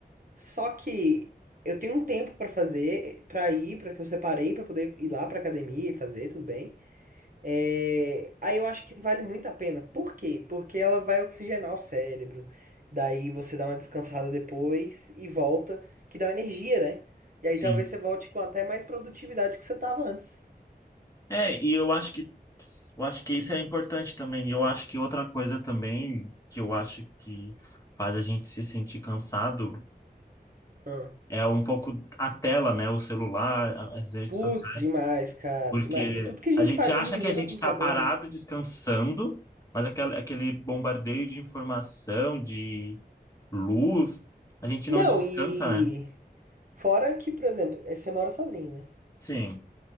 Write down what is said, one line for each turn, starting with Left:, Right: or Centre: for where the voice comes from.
Right: Só que eu tenho um tempo pra fazer, pra ir, pra que eu separei pra poder ir lá pra academia e fazer, tudo bem. É, Aí eu acho que vale muito a pena. Por quê? Porque ela vai oxigenar o cérebro. Daí você dá uma descansada depois e volta, que dá energia, né? E aí
Left: sim.
Right: talvez você volte com até mais produtividade que você tava antes.
Left: É, e eu acho que, eu acho que isso é importante também. Eu acho que outra coisa também que eu acho que faz a gente se sentir cansado
Right: Ah.
Left: é um pouco a tela, né? O celular, a- as redes
Right: Putz,
Left: sociais.
Right: demais, cara.
Left: Porque
Right: Demais. E tudo que a gente
Left: a gente
Right: faz
Left: acha
Right: hoje em
Left: que
Right: dia
Left: a
Right: é
Left: gente
Right: no computador,
Left: está parado,
Right: né?
Left: descansando, mas aquele, aquele bombardeio de informação, de luz, a gente
Right: Não,
Left: não descansa,
Right: e
Left: né?
Right: fora que, por exemplo, eh, você mora sozinho, né?
Left: Sim,